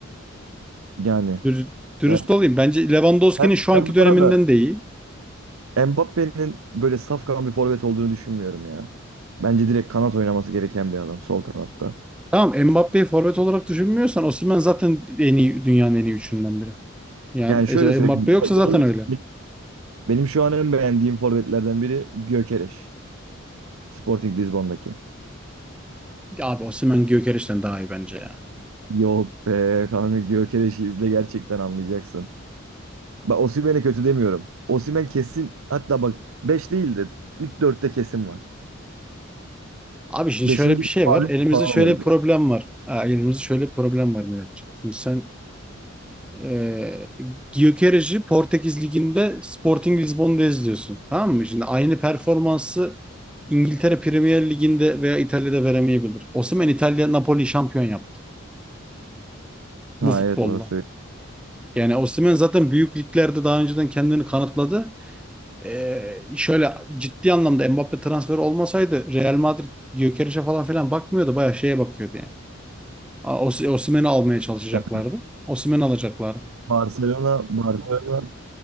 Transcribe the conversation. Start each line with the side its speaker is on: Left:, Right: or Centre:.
Right: Yani
Centre: Dür- Dürüst
Right: ben,
Centre: olayım. Bence Lewandowski'nin
Right: ben,
Centre: şu anki
Right: ben bu
Centre: döneminden
Right: arada
Centre: de iyi.
Right: Mbappe'nin böyle safkan bir forvet olduğunu düşünmüyorum ya. Bence direkt kanat oynaması gereken bir adam sol kanatta.
Centre: Tamam Mbappé'yi forvet olarak düşünmüyorsan Osimhen zaten en iyi dünyanın en iyi üçünden biri. Yani
Right: Yani şöyle
Centre: e, Mbappé
Right: söyleyeyim.
Centre: yoksa zaten öyle.
Right: Benim, benim şu an en beğendiğim forvetlerden biri Gyökeres. Sporting Lisbon'daki.
Centre: Ya Abi Osimhen Gyökeres'ten daha iyi bence ya.
Right: Yok be kanka Gyökeres'i izle gerçekten anlayacaksın. Bak Osimhen'e kötü demiyorum. Osimhen kesin hatta bak 5 değil de ilk dörtte kesin var.
Centre: Abi şimdi
Right: Beşinci
Centre: şöyle bir şey
Right: falan
Centre: var. Elimizde
Right: falan
Centre: şöyle
Right: var.
Centre: bir problem var. Ha, elimizde şöyle bir problem var Miraç. Şimdi sen e, Gyökeres'i Portekiz Ligi'nde Sporting Lisbon'da izliyorsun. Tamam mı? Şimdi aynı performansı İngiltere Premier Ligi'nde veya İtalya'da veremeyebilir. Osimhen İtalya Napoli şampiyon yaptı
Right: Ha
Centre: bu futbolla.
Right: evet orası öyle.
Centre: Yani Osimhen zaten büyük liglerde daha önceden kendini kanıtladı. Ee, şöyle ciddi anlamda Mbappe transferi olmasaydı Real Madrid Gyökeres'e falan filan bakmıyordu. Bayağı şeye bakıyordu yani. A- Os- Osimhen'i almaya çalışacaklardı.
Right: Evet.
Centre: Osimhen'i alacaklardı.
Right: Barcelona, Barcelona